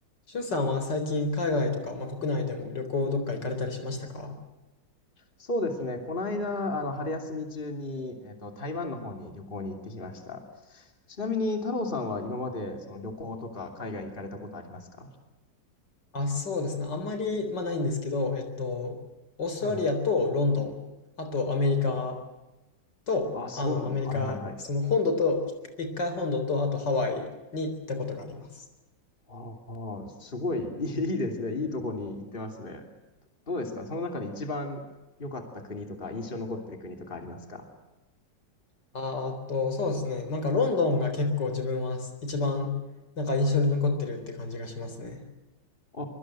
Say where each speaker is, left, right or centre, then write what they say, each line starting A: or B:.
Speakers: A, on the left; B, on the left.
A: しゅんさんは最近海外とか、まあ、国内でも旅行どっか行かれたりしましたか
B: そうですね。この間、あの、春休み中に、えっと、台湾の方に旅行に行ってきました。ちなみに、太郎さんは今まで、その旅行とか海外行かれたことありますか
A: あ、そうですね。あんまり、まあ、ないんですけど、えっと、オーストラリアとロンドン、
B: はいはい。
A: あとアメリカ
B: お、
A: と、
B: あ、すごく、
A: あの、アメリカ、
B: はいはいはい。
A: その本土と、一一回本土と、あとハワイに行ったことがあります。
B: ああ、すごい、<laughs> いいいいですね。いいとこに行ってますね。どうですかその中で一番良かった国とか、印象に残ってる国とかありますか
A: あーっと、そうですね。なんかロンドンが結構自分はす一番なんか印象に残ってるって感じがしますね。
B: あ